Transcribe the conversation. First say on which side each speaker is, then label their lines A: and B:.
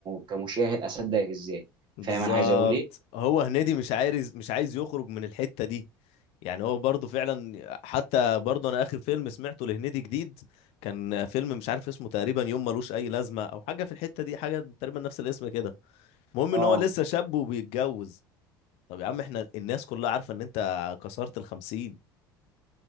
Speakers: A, on the right (about 40°); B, on the left (about 60°).
A: كمشاهد اصدقك ازاي
B: بالظبط
A: فاهم انا عايز اقول ايه
B: هو هنيدي مش عايز مش عايز يخرج من الحتة دي يعني هو برضه فعلا حتى برضه انا اخر فيلم سمعته لهنيدي جديد كان فيلم مش عارف اسمه تقريبا يوم ملوش اي لازمة او حاجة في الحتة دي حاجة تقريبا نفس الاسم كده المهم ان
A: اه
B: هو لسه شاب وبيتجوز طب يا عم احنا الناس كلها عارفة ان انت كسرت الخمسين